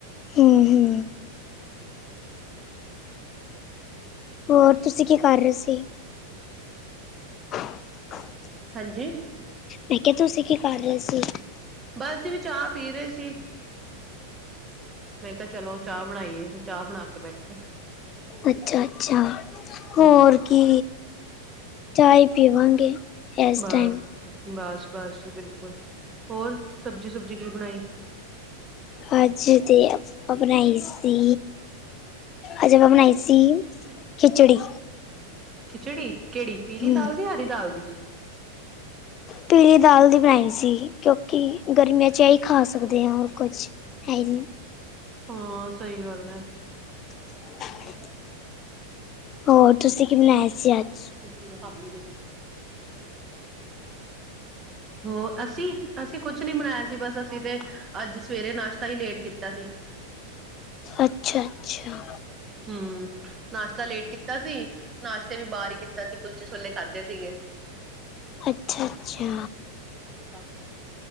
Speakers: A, on the left (about 30°); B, on the right (about 20°).
A: ਹੂ ਹੂ। ਹੋਰ ਤੁਸੀਂ ਕੀ ਕਰ ਰਹੇ ਸੀ। <unintelligible>
B: ਹਾਂਜੀ।
A: ਮੈਂ ਕਿਹਾ ਤੁਸੀਂ ਕੀ ਕਰ ਰਹੇ ਸੀ?
B: ਬਸ ਅਸੀਂ ਵੀ ਚਾਹ ਪੀ ਰਹੇ ਸੀ। ਮੈਂ ਕਿਹਾ ਚਲੋ ਚਾਹ ਬਣਾਈ ਐ, ਫਿਰ ਚਾਹ ਬਣਾ ਕੇ ਬੈਠੇ।
A: ਅੱਛਾ- ਅੱਛਾ ਹੋਰ
B: ਹਮ
A: ਕੀ ਚਾਹ ਹੀ ਪੀਵਾਂਗੇ। ਇਸ
B: ਬਸ,
A: ਟਾਈਮ
B: ਬਸ-ਬਸ ਜੀ ਬਿਲਕੁਲ, ਹੋਰ ਸਬਜ਼ੀ-ਸੁਬਜੀ ਕੀ ਬਣਾਈ?
A: ਅਜ ਦੀ ਆਪਾਂ ਬਣਾਈ ਸੀ। ਅਜੇ ਮੈਂ ਬਣਾਈ ਸੀ ਖਿਚੜੀ।
B: ਖਿਚੜੀ ਕਿਹੜੀ ਪੀਲੀ
A: ਹੂੰ
B: ਦਾਲ ਦੀ ਹਰੀ ਦਾਲ ਦੀ।
A: ਪੀਲੀ ਦਾਲ ਦੀ ਬਣਾਈ ਸੀ, ਕਿਉਂਕਿ ਗਰਮੀਆਂ ਚ ਇਹੀ ਖਾ ਸਕਦੇ ਹਾਂ ਹੋਰ ਕੁਝ ਹੈਲ
B: ਹਾਂ, ਸਹੀ ਗੱਲ ਹੈ।
A: <inaudible> ਹੋਰ ਤੁਸੀਂ ਕੀ ਮਨਾਇਆ ਸੀ ਅੱਜ?
B: <unintelligible> ਹੋ ਅਸੀਂ, ਅਸੀਂ ਕੁਛ ਨਹੀਂ ਬਣਾਇਆ ਸੀ! ਬਸ ਅਸੀਂ ਤੇ ਅੱਜ ਸਵੇਰੇ ਨਾਸ਼ਤਾ ਹੀ ਲੇਟ ਕੀਤਾ ਸੀ।
A: ਅੱਛਾ ਅੱਛਾ
B: ਹੂੰ, ਨਾਸ਼ਤਾ ਲੇਟ ਕੀਤਾ ਸੀ, ਨਾਸ਼ਤੇ ਵੀ ਬਾਹਰ ਹੀ ਕੀਤਾ ਸੀ ਕੁਲਚੇ-ਛੋਲੇ ਖਾਧੇ ਸੀਗੇ।
A: ਅੱਛਾ ਅੱਛਾ
B: ਉਹੀ ਕਾਫ ਹੈ।